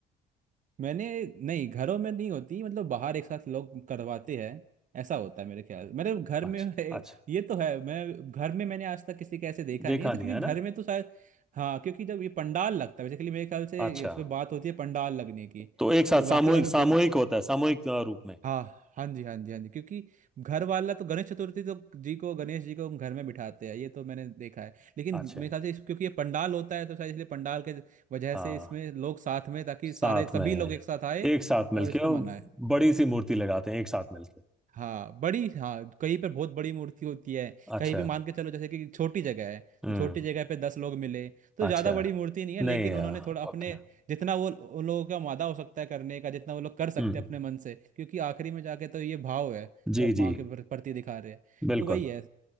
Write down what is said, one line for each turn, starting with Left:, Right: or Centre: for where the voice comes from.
Right: मैंने नहीं घरों में नहीं होती मतलब बाहर एक साथ लोग करवाते हैं ऐसा होता है मेरे ख्याल मेरे घर में
Centre: अच्छा
Right: है,
Centre: अच्छा
Right: ये तो है मैं घर में मैंने आज तक किसी के ऐसे देखा
Centre: देखा
Right: नहीं है तो
Centre: नहीं
Right: क्योंकि
Centre: है ना
Right: घर में तो शायद हाँ क्योंकि जब ये पंडाल लगता है बेसिकली मेरे ख्याल से
Centre: अच्छा
Right: इसमें बात होती है पंडाल लगने की
Centre: तो एक साथ
Right: ये बाकी
Centre: सामूहिक
Right: और
Centre: सामूहिक
Right: गन,
Centre: होता है सामूहिक अ, रूप में
Right: हाँ हाँ जी हाँ जी हाँ जी क्योंकि घर वाला तो गणेश चतुर्थी तो जी को गणेश जी को हम घर में बिठाते हैं ये तो मैंने देखा है लेकिन
Centre: अच्छा
Right: मेरे ख्याल से इस क्योंकि ये पंडाल होता है तो शायद इसलिए पंडाल के वजह
Centre: हाँ
Right: से इसमें लोग साथ में ताकि
Centre: साथ
Right: सारे सभी
Centre: में है।
Right: लोग एक साथ आए
Centre: एक साथ
Right: और
Centre: मिलके
Right: इसको
Centre: और
Right: मनाए
Centre: बड़ी सी मूर्ति लगाते हैं एक साथ मिलके
Right: हाँ बड़ी हाँ कहीं पर बहुत बड़ी मूर्ति होती है
Centre: अच्छा
Right: कहीं पे मान के चलो जैसे कि छोटी जगह है
Centre: हम्म
Right: तो छोटी जगह पे दस लोग मिले तो
Centre: अच्छा
Right: ज़्यादा बड़ी मूर्ति नहीं है
Centre: नहीं
Right: लेकिन
Centre: अ,
Right: उन्होंने थोड़ा अपने
Centre: ओके
Right: जितना वो उन लोगों का मादा हो सकता है करने का जितना वो लोग कर
Centre: हम्म
Right: सकते हैं अपने मन से क्योंकि आखिरी में जाके तो ये भाव है
Centre: जी
Right: जो आप माँ
Centre: जी
Right: के प्र- प्रति दिखा रहे हैं
Centre: बिल्कुल
Right: तो वही है